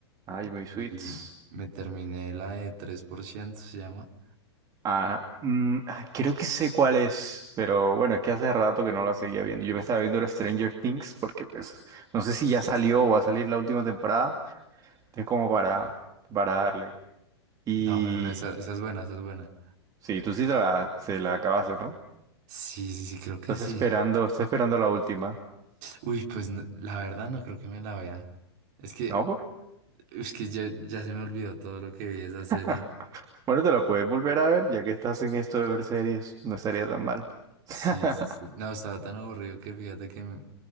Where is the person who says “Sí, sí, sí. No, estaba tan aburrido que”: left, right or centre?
Right